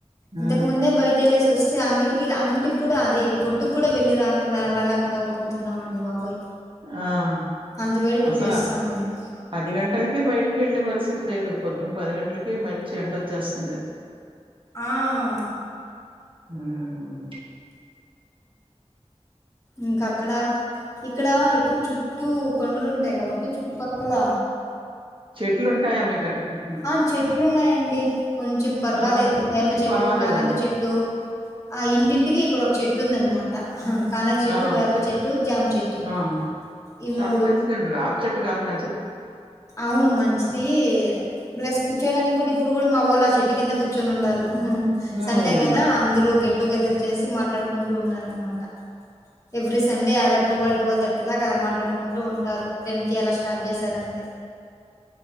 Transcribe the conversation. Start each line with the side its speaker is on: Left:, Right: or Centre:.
Right: ఆ!
Left: ఇంతకుముందే బయట వెళ్లేసి వస్. అంగిటికి ఆహ్ అంగిటికి కూడా అది కొట్టుకు కూడా వెళ్లి రాకుండా రాలేకుండా పోతున్నాం అండి బాబోయ్.
Right: ఆహ్
Left: అంత వేడి పుట్టేస్తా
Right: అసలు.
Left: ఉంది
Right: పది గంటలకే బయటకి వెళ్లేపరిస్థితి లేదు పొద్దున. పదిగంటలకే మంచి ఎండ వచ్చేస్తుంది.
Left: ఆహ్.
Right: ఆహ్ ఉమ్.
Left: ఇంకా అక్కడ. ఇక్కడ ఎక్కువ చుట్టూ కొండలు ఉంటాయి కాబట్టి చుట్టుపక్కల.
Right: చెట్లు ఉంటాయా మీకు అక్కడికి.
Left: ఆహ్ చెట్లు ఉన్నాయండి కొంచెం పర్వాలేదు
Right: ఆ! అది
Left: వేప
Right: కొంచెం
Left: చెట్టు
Right: పర్వాలేదేమో.
Left: కనకచెట్టు. ఆహ్ ఇంటింటికి ఇక్కడ ఒక చెట్టు ఉందనుమాట. ఆహ్ కనక చెట్టు
Right: ఆ!
Left: వేప చెట్టు జామ్ చెట్టు.
Right: ఆ!
Left: ఈ
Right: చాలా
Left: మూడు
Right: మంచిదండి వేప చెట్టు గాలి మం.
Left: అవును మంచిది ప్లస్ కూర్చోడానికి కూడా. ఇప్పుడు గూడా మావొళ్ళు ఆ చెట్టు కింద కూర్చొనున్నారు ఉహ్ ఊహ్మ్
Right: హ్మ్.
Left: సండే గదా అందరూ గేట్. టుగెదర్ చేసి మాట్లాడుకుంటూన్నరనమాట ఎవ్రీ సండే అలట్. టువల్ టువల్ థర్టీ దాక అలా మాట్లాడుకుంటూ ఉంటారు. టెన్ కి అలా స్టార్ట్ చేశారంటే.